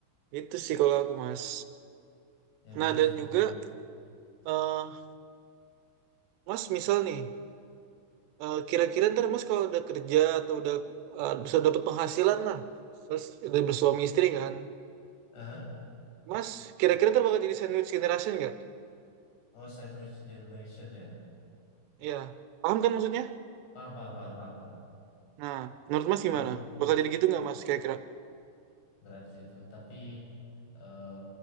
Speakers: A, on the right; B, on the left.
A: itu sih kalau aku mas
B: ya benar
A: nah dan
B: sih.
A: juga eh, mas misal nih eh, kira-kira ntar mas kalau udah kerja atau udah eh, bisa dapat penghasilan lah terus udah bersuami istri kan
B: Eh?
A: mas kira-kira ntar bakal jadi sandwich generation nggak
B: Oh, sandwich generation ya.
A: Iya paham kan maksudnya
B: Paham, paham, paham, paham, paham.
A: nah menurut mas gimana
B: Itu
A: bakal jadi gitu nggak mas kira-kira
B: berat sih itu. Tapi eh